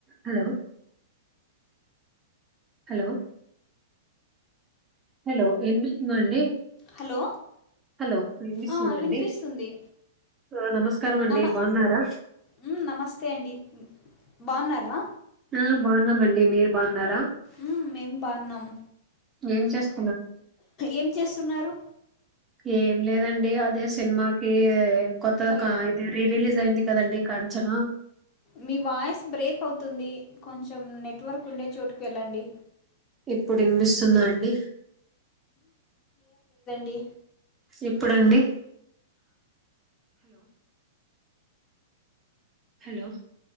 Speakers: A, on the right; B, on the left.
A: Hello hello hello విన్పిస్తుంద అండి
B: hello
A: hello వినిపిస్తుందా
B: ఆ
A: అండి
B: వినిపిస్తుంది
A: ఆ నమస్కారం అండి
B: నమ
A: బాగున్నారా
B: మ్మ్ నమస్తే అండి బావున్నారా
A: ఆ బాగున్నామండి మీరు బావున్నారా
B: మ్మ్ మేం బాన్నాం
A: ఏం చేస్తా
B: ఏం చేస్తున్నారు
A: ఏం లేదండి అదే సినిమాకి కొత్తగా
B: హలో
A: క ఇది రి రీలీజ్ మొదలు అయింది కదండి కంచను
B: మీ వాయిస్ బ్రేక్ అవుతుంది కొంచెం నెట్వర్క్ ఉండే చోటుకి వెళ్ళండి
A: ఇప్పుడు వినిపిస్తుందా అండి
B: డి
A: ఇప్పుడు అండి హలో